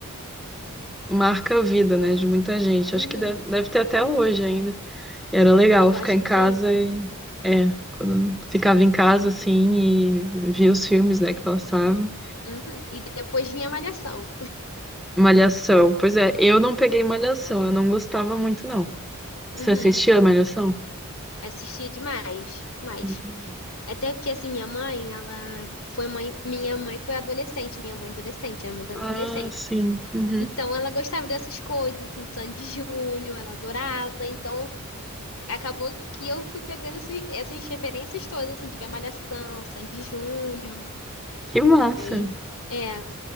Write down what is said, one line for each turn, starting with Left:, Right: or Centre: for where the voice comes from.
Centre: marca a vida, né? De muita gente.
Left: Uhum,
Centre: Acho que deve, deve ter até hoje ainda. E era legal
Left: eu
Centre: ficar
Left: acho
Centre: em
Left: que
Centre: casa
Left: tem ainda.
Centre: e. É, quando ficava em casa, assim, e via os filmes, né, que passavam.
Left: Uhum. E depois vinha Malhação.
Centre: Malhação. Pois é, eu não peguei Malhação, eu não gostava muito, não.
Left: Uhum.
Centre: Você assistia a Malhação?
Left: Assistia demais, demais.
Centre: Hum.
Left: Até que assim, minha mãe, ela foi mãe, minha mãe foi adolescente, minha mãe adolescente, a mãe da adolescência.
Centre: Ah, sim. Uhum.
Left: Então ela gostava dessas coisas, assim, Sandy Júnior, ela adorava. Então acabou que eu fui pegando esse- essas referências todas, assim, de ver Malhação, Sandy Júnior.
Centre: Que massa.
Left: Aí, é,